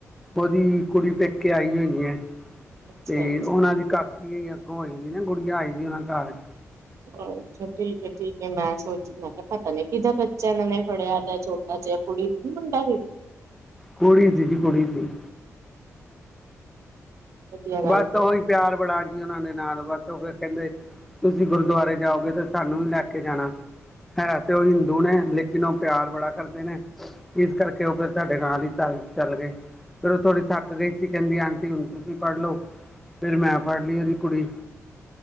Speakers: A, in the centre; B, on the right (about 65°).
A: ਓਦੀ ਕੁੜੀ ਪੇਕੇ ਕੇ ਆਈ ਹੋਈ ਏ,
B: ਅੱਛਾ
A: ਤੇ
B: ਅੱਛਾ
A: ਓਨਾਂ ਦੀ ਕਾਕ ਕੀ ਅੱਗੋਂ ਹੋਈ ਦੀ ਨਾ ਗੁੜੀਯਾ ਆਈ ਦੀ ਓਨਾ ਘਰ।
B: ਅੱਛਾ ਠੀਕ ਏ, ਠੀਕ ਏ ਮੈਂ ਸੋਚ ਮੈਂ ਕਯਾ ਪਤਾ ਨੀ ਕਿਦਾਂ ਬੱਚਿਆਂ ਏਨਾਂ ਨੇ ਫੜਿਆ ਛੋਟ ਟਾ ਜਯਾ ਕੁੜੀ ਕੀ ਮੁਡਾੰ ਸੀ?
A: ਕੁੜੀ ਸੀ ਜੀ, ਕੁੜੀ ਸੀ।
B: ਵਧੀਆ ਗੱਲ
A: ਬਸ
B: ਹੈ
A: ਓਹੀ ਪਿਆਰ ਬੜਾ ਜੀ ਓਨਾਂ ਦੇ ਨਾਲ ਬਸ ਓ ਫਿਰ ਕਹਿੰਦੇ ਤੁਸੀਂ ਗੁਰਦੁਆਰੇ ਜਾਓਗੇ ਤੇ ਸਾਨੂੰ ਵੀ ਲੈ ਕੇ ਜਾਣਾ। ਹੈ ਤੇ ਓ ਹਿੰਦੂ ਨੇ, ਲੇਕਿਨ ਓ ਪਿਆਰ ਬੜਾ ਕਰਦੇ ਨੇ। ਇਸ ਕਰਕੇ ਓ ਫਿਰ ਸਾਡੇ ਨਾਲ ਹੀ ਚੱਲ ਚੱਲ ਗੇ। ਫਿਰ ਓ ਥੋੜ੍ਹੀ ਥੱਕ ਗਈ ਸੀ, ਕਹਿੰਦੀ ਆਂਟੀ ਹੁਨ ਤੁਸੀਂ ਫੜ੍ਹ ਲਓ, ਫਿਰ ਮੈਂ ਫੜ੍ਹ ਲਈ ਓਦੀ ਕੁੜੀ।